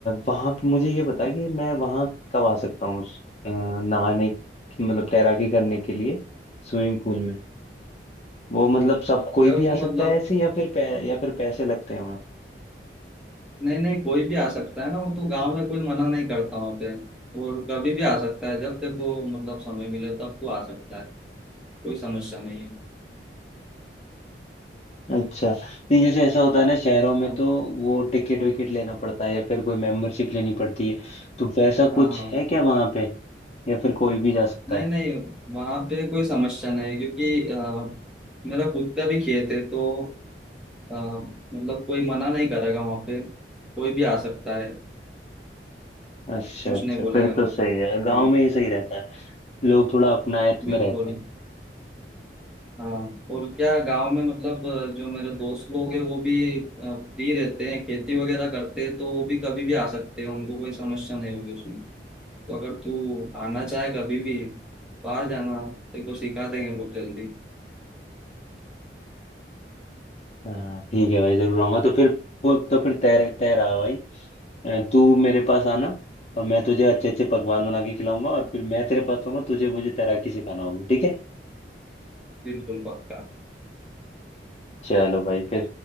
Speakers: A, on the left; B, in the centre.
A: वहाँ पे मुझे ये बता कि मैं वहाँ कब आ सकता हूँ उस, अ, नहाने मतलब तैराकी करने के लिए स्विमिंग पूल में वो मतलब सब कोई
B: जब
A: भी आ
B: मतलब
A: सकता है ऐसे या फिर पै, या फिर पैसे लगते हैं वहाँ
B: नहीं नहीं कोई भी आ सकता है ना वो तो गांव में कोई मना नहीं करता वहाँ पे और कभी भी आ सकता है जब देखो मतलब समय मिले तब तो आ सकता है कोई समस्या नहीं है
A: अच्छा नहीं जैसे ऐसा होता है ना शहरों में
B: हाँ,
A: तो वो टिकट विकेट लेना पड़ता है या फिर कोई मेंबरशिप लेनी पड़ती है तो वैसा
B: हाँ
A: कुछ है क्या वहाँ पे या फिर कोई भी जा सकता
B: नहीं
A: है
B: नहीं वहां पे कोई समस्या नहीं है, क्योंकि अ, मेरा खुद का भी खेत है तो अ, मतलब कोई मना नहीं करेगा वहां पे कोई भी आ सकता है
A: अच्छा
B: कुछ
A: अच्छा
B: नहीं बोलेगा
A: फिर तो
B: मतलब
A: सही है गांव
B: अ,
A: में ये सही रहता है लोग थोड़ा अपनायत में
B: बिल्कुल
A: रहते हैं
B: हाँ और क्या गांव में मतलब अ, जो मेरे दोस्त लोग हैं वो भी फ्री रहते हैं खेती वगैरह करते हैं तो वो भी कभी भी आ सकते हैं उनको कोई समस्या नहीं होगी उसमें तो अगर तू आना चाहे कभी भी बाहर जाना तेरे को सिखा देंगे बहुत जल्दी
A: हाँ ठीक है भाई जरूर आऊंगा तो फिर तो फिर तय तय रहा भाई अ, तू मेरे पास आना और मैं तुझे अच्छे अच्छे पकवान बना के खिलाऊंगा और फिर मैं तेरे पास आऊंगा तुझे मुझे तैराकी सिखाना होगी ठीक है
B: बिल्कुल पक्का
A: चलो भाई फिर